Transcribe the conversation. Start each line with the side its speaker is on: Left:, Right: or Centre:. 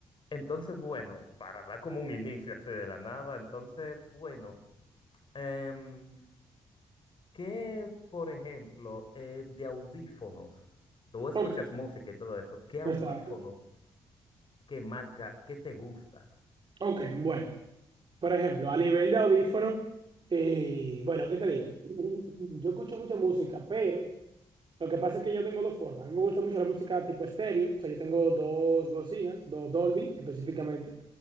Left: entonces, bueno, para dar como un inicio así de la nada, entonces, bueno, em, ¿Qué, por ejemplo, eh, de audífonos? Tú escuchas
Right: ok,
Left: música y todo eso. ¿Qué audífonos,
Right: bastante.
Left: qué marca, qué te gusta?
Right: Ok, bueno. Por ejemplo, a nivel de audífono, eh, bueno, ¿qué te digo? <clears throat> Yo escucho mucha música, pero lo que pasa es que yo tengo dos formas. A mí me gusta mucho la música tipo estéreo, o sea, yo tengo dos bocinas, dos Dolby específicamente.